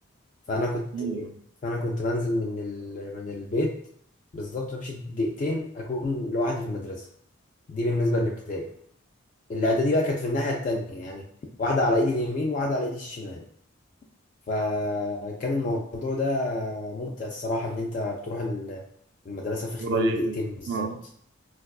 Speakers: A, on the left; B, on the right.
A: فانا كنت
B: أيوة
A: فانا كنت بنزل من ال... من البيت بالظبط بمشي دقيقتين اكون لوحدي في المدرسة دي بالنسبة للابتدائي الإعدادي بقى كانت في الناحية التانية يعني واحدة على إيدي اليمين وواحدة على إيدي الشمال فكان الموضوع ده ممتع الصراحة إن أنت بتروح ال- المدرسة في خلال
B: قريبة
A: دقيقتين بالظبط
B: اه